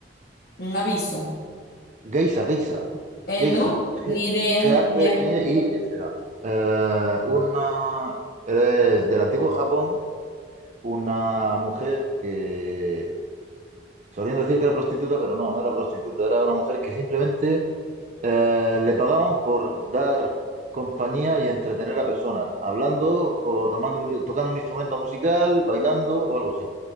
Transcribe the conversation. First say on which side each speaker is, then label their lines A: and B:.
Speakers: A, on the left (about 60°); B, on the right (about 45°).
A: un aviso.
B: Geisha, geisha,
A: Eh,
B: geisha.
A: no, ni
B: G-
A: idea,
B: G-H-E-I-S-A.
A: ni idea.
B: Eh, una, es del antiguo Japón, una mujer que solían decir que era prostituta, pero no, no era prostituta, era una mujer que simplemente Eh, le pagaban por dar compañía y entretener a personas, hablando o tomando un- tocando un instrumento musical, bailando o algo así.